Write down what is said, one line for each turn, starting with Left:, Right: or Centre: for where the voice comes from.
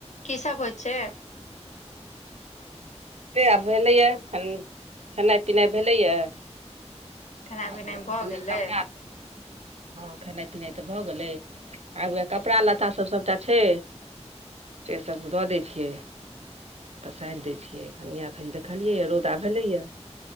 Left: की सब हो छै
Right: आब भेलै यऽ खेनाइ पिनाइ भेलै यऽ
Left: खेनाइ
Right: आबू
Left: पिनाइ भऽ
Right: कनीएँ
Left: गेलै
Right: कपड़ा दे हँ खेनाइ पिनाइ तऽ भऽ गेलै आब उएह कपड़ा लत्ताभ सभटा छै से सभ दऽ दै छियै पसारि दै नि अखनि देखलियै रौदा भेले य